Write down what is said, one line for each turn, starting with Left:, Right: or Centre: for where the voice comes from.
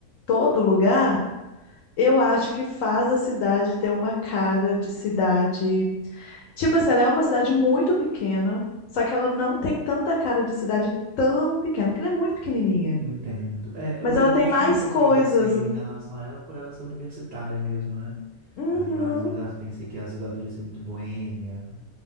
Left: todo lugar, eu acho que faz a cidade ter uma cara de cidade. Tipo assim, ela é uma cidade muito pequena, só que ela não tem tanta cara de cidade tão pequena, porque ela é muito pequenininha.
Right: Entendo. É,
Left: Mas
Right: eu,
Left: ela
Right: eu,
Left: tem
Right: eu tinha
Left: mais
Right: um pouco
Left: coisas.
Right: de receio em relação a ela, por ela ser universitária mesmo, né?
Left: Uhum,
Right: Aí eu às vezes pensei que às vezes ela podia ser muito boêmia,